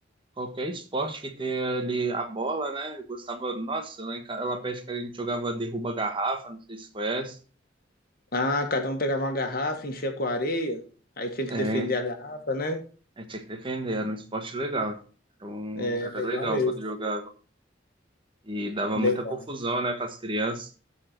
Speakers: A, on the right; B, on the left.
A: qualquer esporte que tenha ali a bola, né? Eu gostava, nossa, lá em casa, lá perto que a gente jogava derruba garrafa, não sei se conhece.
B: Ah, cada um pegava uma garrafa, enchia com areia, aí tinha que
A: É,
B: defender a garrafa, né?
A: a gente tinha que defender, era um esporte legal. Era, um,
B: É
A: era
B: legal
A: legal
B: mesmo.
A: quando jogava. E dava
B: Legal.
A: muita confusão, né, com as crianças.